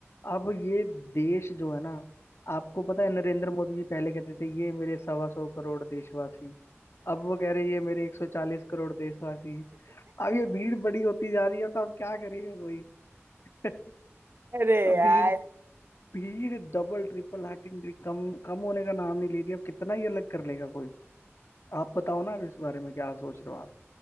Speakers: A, on the left (about 65°); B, on the right (about 50°).
A: अब ये देश जो है ना आपको पता है नरेंद्र मोदी जी पहले कहते थे ये मेरे सवा सौ करोड़ देशवासी अब वो कह रहे हैं, ये मेरे एक सौ चालीस करोड़ देशवासी अब ये भीड़ बड़ी होती जा रही है तो अब क्या करेगा कोई <laughs>
B: <laughs> अरे
A: अब
B: यार
A: भीड़ भीड़ डबल ट्रिपल हार्टिंग कम कम होने का नाम नहीं ले रही अब कितना ही अलग कर लेगा कोई आप बताओ ना इस बारे में क्या सोच रहे हो आप